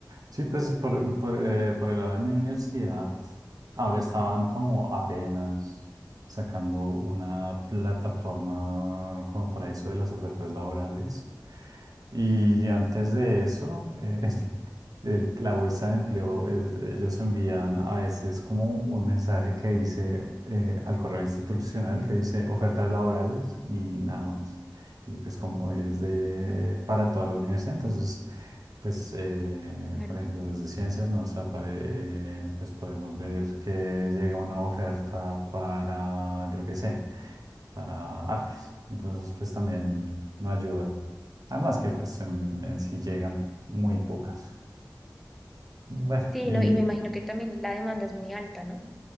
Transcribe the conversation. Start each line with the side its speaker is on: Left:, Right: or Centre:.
Right: Sí, pues por, por, eh, por el lado de mi universidad, ahora estaban como apenas sacando una plataforma como para eso de las ofertas laborales. Y antes de eso, eh, <laughs> el- la bolsa de empleo, es- ellos envían a veces como un mensaje que dice eh, al correo institucional que dice ofertas laborales y nada más. Y pues como es de
Centre: Mm,
Right: para toda la universidad, entonces... Pues, eh,
Centre: Claro.
Right: por ejemplo, los de ciencias nos apare- eh, pues podemos ver que llega una oferta para, yo qué sé, para artes. Entonces, pues también no ayuda. Además que, pues, en, en sí llegan muy pocas. Bueno,
Centre: Sí,
Right: y
Centre: no, y me imagino que también la demanda es muy alta, ¿no?